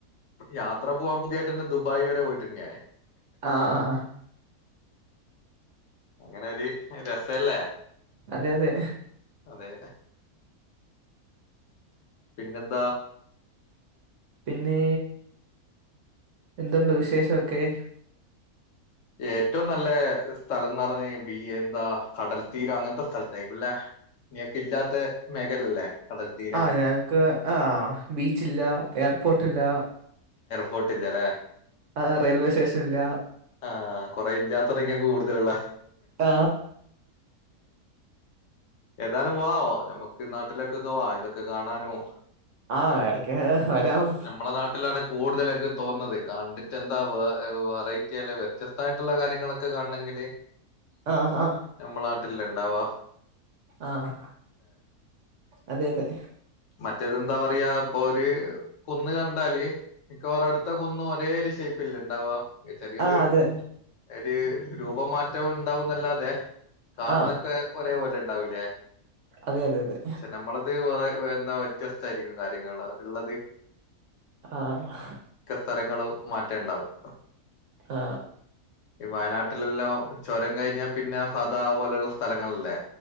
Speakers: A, on the left (about 65°); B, on the right (about 60°).
A: യാത്ര പോവാൻ പൂതിയായിട്ട് ദുബായി വരെ പോയിട്ടുണ്ട് ഞാൻ
B: ആഹ ആ
A: അങ്ങനെ ഒരു രസല്ലേ
B: അതെ അതെ
A: അതെ പിന്നെന്താ
B: പിന്നെ എന്തുണ്ട് വിശേഷമൊക്കെ
A: ഏറ്റവും നല്ല സ്ഥലംന്ന് പറഞ്ഞ ബി എന്താ കടൽത്തീരം അങ്ങനത്തെ സ്ഥലത്ത് ആയിരിക്കുംല്ലെ നിങ്ങക്ക് ഇല്ലാത്ത മേഖല അല്ലേ കടൽ തീരം
B: ആ ഞങ്ങക്ക് ആ ബീച്ചില്ല എയർപോർട്ടില്ല
A: പോട്ടില്ലലെ
B: ആ റെയിൽവേ സ്റ്റേഷൻ ഇല്ല
A: ആഹ കൊറെ ഇല്ലാത്തടങ്ങളാ കൂടുതലുളേ
B: ആ
A: ഏതാലും വാ നമ്മക്ക് നാട്ടിലേക്കൊക്കെ വാ ഇതൊക്കെ കാണാനും
B: ആഹ് എടക്ക് വരാം
A: നമ്മളെ നാട്ടിലാണ് കൂടുതൽ എനിക്ക് തോന്നുന്നത് കണ്ടിട്ട് എന്താ വെറൈറ്റി അല്ല വ്യത്യസ്തായിട്ടുള്ള കാര്യങ്ങളൊക്കെ കാണണെങ്കിൽ ല്
B: ആ ആ
A: നമ്മളെ നാട്ടിലല്ലേ ണ്ടാവ
B: ആഹ് അതെ അതെ
A: മറ്റേത് എന്താ പറയാ ഇപ്പൊ ഒരു കുന്ന് കണ്ടാല് മിക്കവാറും അടുത്ത കുന്നും ഒരേ ഒരു ഷേപ്പല്ല ഇണ്ടാവാ ചെറിയൊരു
B: ആ അതെ
A: ഒരു രൂപമാറ്റം ഉണ്ടാവുന്നല്ലാതെ കാണുന്നൊക്കെ
B: ആ
A: ഒരേപോലെ ഇണ്ടാവൂലേ
B: അതെ അതെ അതെ
A: പക്ഷെ നമ്മളത് വേറെ വേ എന്താ വ്യത്യസ്ത ആയിരിക്കും കാര്യങ്ങള് ള്ളത്
B: ആഹ്
A: സ്ഥലങ്ങള് മാറ്റേണ്ടാവും
B: ആ
A: ഈ വയനാട്ടിലെല്ലാം ചുരം കഴിഞ്ഞാൽ പിന്നെ സദാ പോലെയുള്ള സ്ഥ സ്ഥലങ്ങളല്ലേ